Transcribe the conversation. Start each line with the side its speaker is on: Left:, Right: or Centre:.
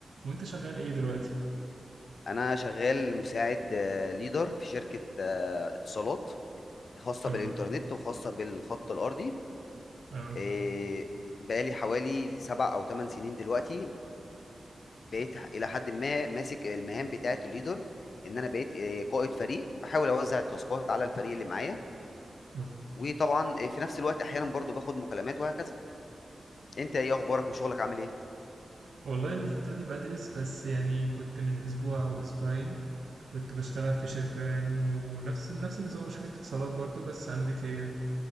Right: وانت شغال ايه دلوقتي
Left: انا شغال مساعد ليدر في شركه آه، اتصالات خاصه
Right: اه
Left: بالانترنت وخاصه بالخط الارضي
Right: اه
Left: آه، بقالي حوالي سبع او ثمان سنين دلوقتي بقيت الى حد ما ماسك المهام بتاعه الليدر ان انا بقيت آه، قائد فريق بحاول اوزع التاسكات على الفريق اللي معايا
Right: آه.
Left: وطبعا آه، في نفس الوقت احيانا برضو باخد مكالمات وهكذا انت ايه اخبارك وشغلك عامل ايه
Right: والله انا الفترة دي بدرس بس يعني كنت من اسبوع او اسبوعين كنت بشتغل في شركة يعني ونفس نفس النظام شركة اتصالات برضو بس امريكية